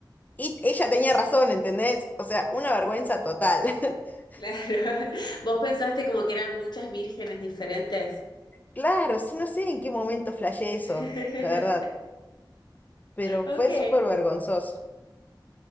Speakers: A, on the left (about 20°); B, on the left (about 60°).
A: Y ella tenía razón, ¿entendés? O sea, una vergüenza total. <laughs>
B: Claro. <laughs> Vos pensaste como que eran muchas vírgenes diferentes.
A: Claro, sí, no sé en qué momento flashé
B: <laughs>
A: eso, la verdad, pero
B: Ok.
A: fue súper vergonzoso.